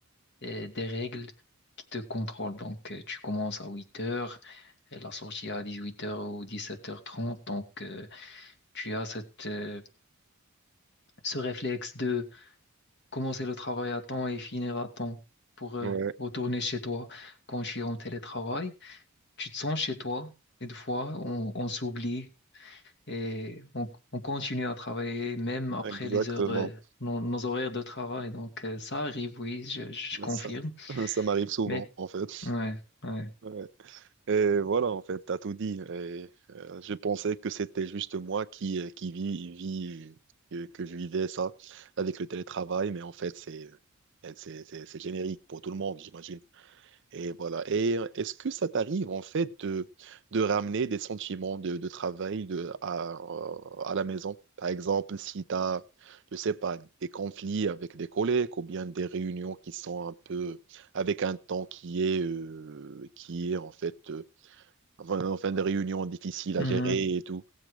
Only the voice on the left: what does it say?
euh, des règles qui te contrôlent. Donc, euh, tu commences à 8 heures, et la sortie à dix-huit heures ou dix-sept heures trente Donc, euh, tu as cette, euh, ce réflexe de commencer le travail à temps et finir à temps pour euh,
retourner chez toi quand je suis en télétravail. Tu te sens chez toi et des fois on, on s'oublie et on, on continue à travailler même après
les heures, euh, nos, nos horaires de travail. Donc euh, ça arrive, oui, je, je confirme.
Mais
ouais, ouais.
Mhm,